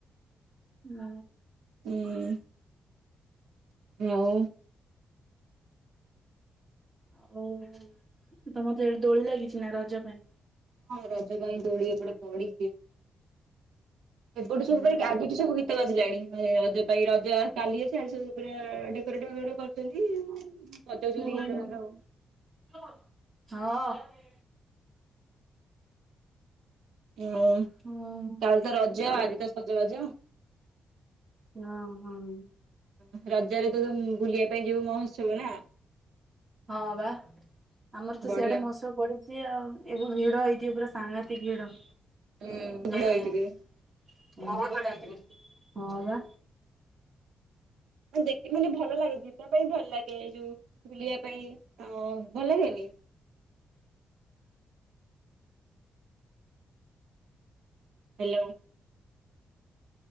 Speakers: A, on the right (about 30°); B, on the right (about 85°).
A: ନୋ
B: ହୁଁ। ହଉ।
A: ହଉ ତମର ତାହେଲେ ଦୋଳି ଲାଗିଛି ନା ରଜ ପାଇଁ?
B: ହଁ ରଜ ପାଇଁ ଦୋଳି ଏପଟେ ପଡିଛି। ଏପଟୁ ସବୁ
A: ହୁଁ
B: ଭାଇ ଆଜିଠୁ ସବୁ କି ଗୋଟେ ବାଜିଲାଣି ରଜ ପାଇଁ ରଜ କାଲି ଅଛି। ଆଜି ସବୁ ପୁରା ଡେକୋରେଟ୍ ଫେକୋରେଟ କରୁଛୁ। <unintelligible> ବଜଉଚନ୍ତି
A: ହଁ
B: ଗୀତ
A: ହୁଁ
B: ତାଙ୍କର ଆଉ।
A: ହଁ।
B: <unintelligible>
A: ହଁ।
B: କାଲି ତ ରଜ ଆଜି ତ ସଜବାଜ।
A: ନ ହଁ।
B: ହଁ ରଜରେ ତୁ ବୁଲିବା ପାଇଁ ଯିବୁ ମହୋତ୍ସବ ନା।
A: ହଁ ବା ଆମର ତ
B: ବଢିଆ।
A: ସିଆଡେ ମହୋସ ପଡିଛି ଆଉ ଏବେ ଭିଡ ହେଇଥିବ ପୁରା ସାଂଘାତିକ ଭିଡ।
B: ହୁଁ ଭଲ
A: ହଁ
B: ହେଇଥିବେ।
A: ବା।
B: ହୁଁ ଦେଖି ମାନେ ଭଲ ଲାଗେ ଯିବା ପାଇଁ ଭଲ ଲାଗେ ଏଇ ଯୋଉ। ବୁଲିବା ପାଇଁ ଅ ଭଲ ଲାଗେନି? ହେଲୋ।